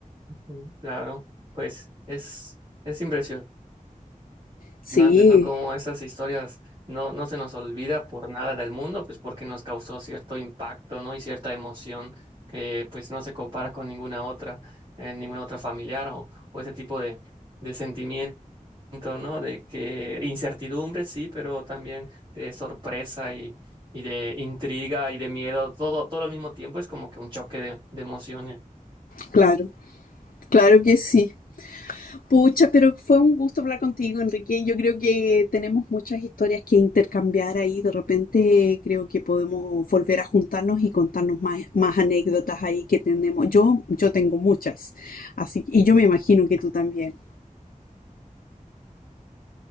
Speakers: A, on the right (about 35°); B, on the left (about 85°).
A: Ujú. Claro, pues es, es impresionante.
B: Sí,
A: No, antes, ¿no? Como esas historias no, no se nos olvida por nada del mundo, pues porque nos causó cierto impacto, ¿no? Y cierta emoción que pues no se compara con ninguna otra, eh, ninguna otra familiar o, o ese tipo de, de sentimiento, ¿no? De que incertidumbre, sí, pero también de sorpresa y, y de intriga y de miedo, todo, todo al mismo tiempo es como que un choque de, de emociones.
B: claro. Claro que sí. Pucha, pero fue un gusto hablar contigo, Enrique. Yo creo que tenemos muchas historias que intercambiar ahí. De repente creo que podemos volver a juntarnos y contarnos más, más anécdotas ahí que tenemos. Yo, yo tengo muchas. Así, y yo me imagino que tú también.